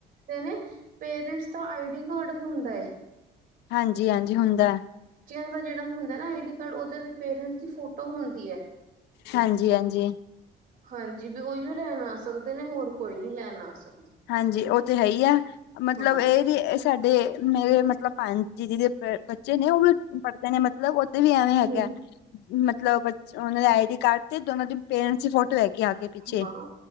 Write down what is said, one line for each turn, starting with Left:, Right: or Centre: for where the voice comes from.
Right: ਦੇ ਨੇ ਪੇਰੈਂਸ ਦਾ ਆਈਡੀ ਕਾਰਡ ਹੁੰਦਾ ਏ।
Left: ਹਾਂਜੀ-ਹਾਂਜੀ ਹੁੰਦਾ ਏ।
Right: ਬਚਿਆਂ ਦਾ ਜਿਹੜਾ ਹੁੰਦਾ ਨਾ ਆਈ ਡੀ ਕਾਰਡ ਉਹਦੇ ਤੇ ਪੇਰੈਂਸ ਦੀ ਫੋਟੋ ਹੁੰਦੀ ਏ
Left: ਹਾਂਜੀ-ਹਾਂਜੀ।
Right: ਹਾਂਜੀ, ਵੀ ਉਹੀਓ ਲੈਣ ਆ ਸਕਦੇ ਨੇ, ਹੋਰ ਕੋਈ ਨੀ ਲੈਣ ਆ ਸਕਦਾ।
Left: ਹਾਂਜੀ ਉਹ ਤੇ ਹੈ ਈ ਐ ਮਤਲਬ
Right: ਹਾਂ।
Left: ਇਹ ਵੀ ਸਾਡੇ ਮੇਰੇ ਮਤਲਬ ਹਾਂਜੀ ਜਿਹਦੇ ਬੱਚੇ ਨੇ ਉਹ ਵੀ ਪੜ੍ਹਦੇ ਨੇ ਮਤਲਬ ਉਓਦੇ ਵੀ ਐਵੇਂ ਹੈਗਾ।
Right: ਹਾਂ
Left: ਮਤਲਬ ਬਚ ਉਹਨਾਂ ਦਾ ਆਈ ਡੀ ਕਾਰਡ ਤੇ ਦੋਨਾਂ ਦੀ ਪੇਰੈਂਸ ਦੀ ਫੋਟੋ ਹੈਗੀ ਆ ਆਗੇ-ਪਿੱਛੇ
Right: ਹਾਂ